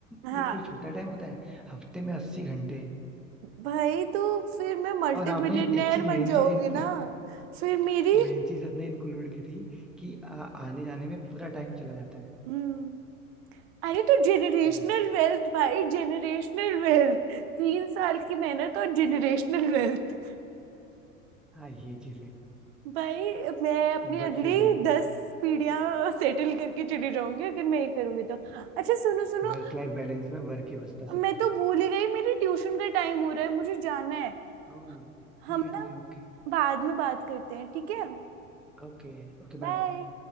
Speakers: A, on the right; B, in the centre.
A: हाँ
B: ये कोई छोटा टाइम होता है हफ्ते में अस्सी घंटे
A: भाई तो फिर मैं मल्टी
B: और आपने
A: बिलियनेयर
B: एक चीज
A: बन
B: मेन
A: जाऊंगी
B: चीज इंक्लूड
A: ना फिर मेरी
B: मेन चीज आपने इंक्लूड की थी कि आ, आने जाने में पूरा टाइम चला जाता है
A: हम्म अरे तो जेनरेशनल
B: हम्म,
A: वेल्थ भाई जेनरेशनल वेल्थ तीन साल की मेहनत और जेनरेशनल वेल्थ
B: हाँ ये चीज है
A: भाई मैं अपनी अगली
B: बट फिर भी
A: दस पीढ़ियां सेटल करके चली जाऊंगी अगर मैं ये करूंगी तो अच्छा सुनो सुनो
B: वर्क लाइफ बैलेंस में वर्क ही बचता
A: मैं
B: सिर्फ
A: तो भूल ही गई मेरी ट्यूशन का टाइम हो रहा है मुझे जाना है
B: ओह,
A: हम
B: ठीक है
A: ना
B: ठीक है ओके
A: बाद में बात करते हैं ठीक है
B: ओके Okay
A: बाय
B: bye